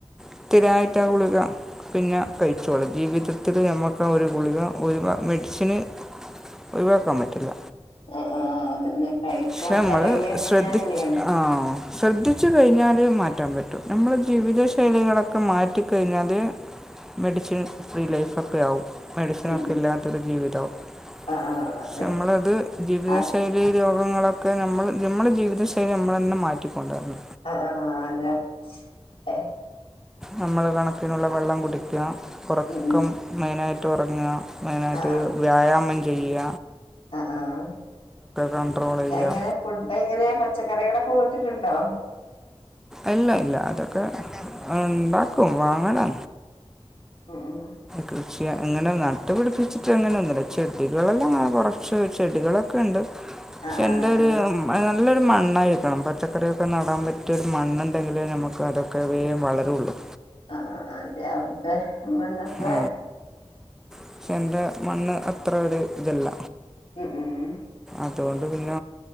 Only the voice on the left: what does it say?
ആഹ് ആഹ് അതന്നെ കഴിക്കാൻ
തൊടങ്ങിയാ പിന്നങ്ങനെയാണ്
ഉം
ആഹ് ആഹ്
അതെ
അത്
ആ ആഹ് അതെ ഏഹ്
ഉം ഉം
ആഹ് ആഹ്
ആഹ് ആഹ്
എങ്ങനെയാ ഫുഡ് എങ്ങനെയാ പച്ചക്കറികളൊക്കെ ട്ടിലുണ്ടോ
ഉം ഉം
ആഹ് ആഹ്
അഹ് ആഹ് യവ്ട്ത്തെ മണ്ണെത്രേ
ഉ ഉം